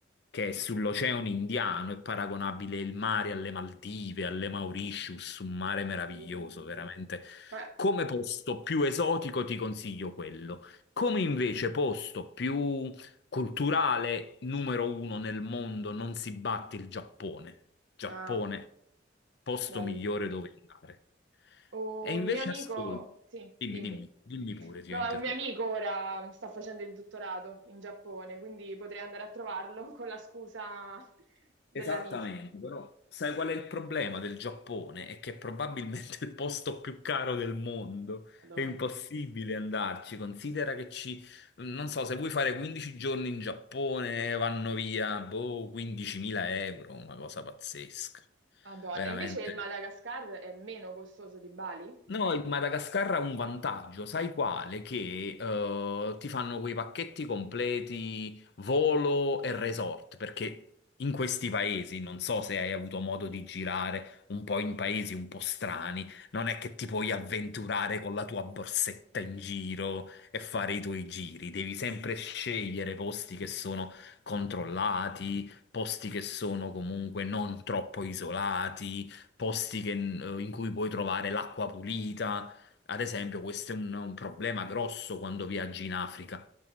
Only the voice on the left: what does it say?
che è sull'oceano Indiano, è paragonabile il mare alle Maldive, alle Mauritius, un mare meraviglioso,
veramente.
Come posto più esotico ti consiglio quello. Come invece posto più culturale, numero uno nel mondo, non si batte il Giappone. Giappone,
posto
migliore dove andare.
E invece
ascolta,
dimmi,
dimmi, dimmi pure, ti
ho interrotto.
Esattamente,
però Sai qual è il problema del Giappone? È che è probabilmente il posto più caro del mondo.
È impossibile andarci. Considera che ci, non so, se vuoi fare 15 giorni in Giappone, vanno via, boh, 15.000 euro, una cosa pazzesca.
Veramente.
No, il Madagascar ha un vantaggio, sai quale? Che eh, ti fanno quei pacchetti completi volo e resort, perché in questi paesi, non so se hai avuto modo di girare un po' in paesi un po' strani, non è che ti puoi avventurare con la tua borsetta in giro e fare i tuoi giri, devi sempre scegliere posti che sono controllati, posti che sono comunque non troppo isolati posti che- eh, in cui puoi trovare l'acqua pulita. Ad esempio, questo è un, un problema grosso quando viaggi in Africa.